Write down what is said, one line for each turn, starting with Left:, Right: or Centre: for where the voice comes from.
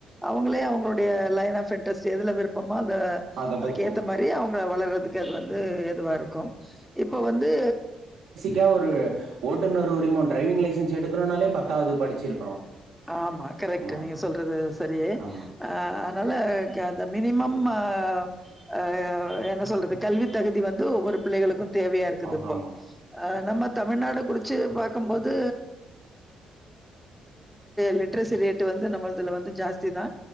Centre: அவுங்களே அவுங்களுடைய லைன் ஆஃப் இன்ட்ரெஸ்ட் எதுல விருப்பமோ அத
Right: அத
Centre: அதுக்கு
Right: பத்தி
Centre: ஏத்த மாரி அவுங்க வளறதுக்கு அது வந்து ஏதுவா இருக்கு இப்ப வந்து
Right: கியா ஒரு ஓட்டுநர் உரிமம் டிரைவிங் லைசன்ஸ் எடுக்கணுன்னாலே பத்தாவுது படிச்சிருக்கணு
Centre: ஆமா கரெக்ட்டு
Right: ஆமா
Centre: நீங்க சொல்றது சரி அ
Right: ஆமா
Centre: அதுனால க அந்த மினிமம் அ ஆ என்ன சொல்றது கல்வி தகுதி வந்து ஒவ்வொரு பிள்ளைகளுக்கு தேவயா இருக்குது
Right: அ
Centre: இப்ப
Right: ஆமா
Centre: அ நம்ம தமிழ்நாடு குறிச்சு பாக்கும்போது லிட்ரசி ரேட்டு வந்து நம்மள்துல வந்து ஜாஸ்தி தா